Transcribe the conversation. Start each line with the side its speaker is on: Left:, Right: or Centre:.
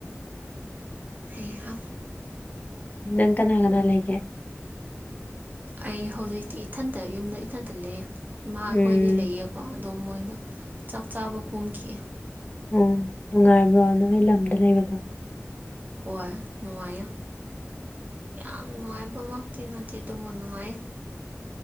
Right: ꯍꯩꯍꯥ꯫
Left: ꯅꯪ ꯀꯅꯥꯀꯅꯥ ꯂꯩꯒꯦ꯫
Right: ꯑꯩ ꯍꯧꯖꯤꯛꯇꯤ ꯏꯊꯟꯇ ꯌꯨꯝꯗ ꯏꯊꯟꯇ ꯂꯩꯌꯦ꯫ ꯏꯃꯥ ꯑꯩꯈꯣꯏꯗꯤ
Left: ꯎꯝ
Right: ꯂꯩꯌꯦꯀꯣ ꯑꯗꯣ ꯃꯣꯏꯗꯣ ꯆꯥꯛ ꯆꯥꯕ ꯀꯨꯝꯈꯤ꯫
Left: ꯑꯣ ꯅꯨꯡꯉꯥꯏꯕ꯭ꯔꯣ ꯅꯣꯏ ꯂꯝꯗ ꯂꯩꯕꯗꯣ꯫
Right: ꯍꯣꯏ ꯅꯨꯡꯉꯥꯏꯌꯦ꯫ ꯌꯥꯝ ꯅꯨꯡꯉꯥꯏꯕꯃꯛꯇꯤ ꯅꯠꯇꯦ ꯑꯗꯨꯕꯨ ꯅꯨꯡꯉꯥꯏꯌꯦ꯫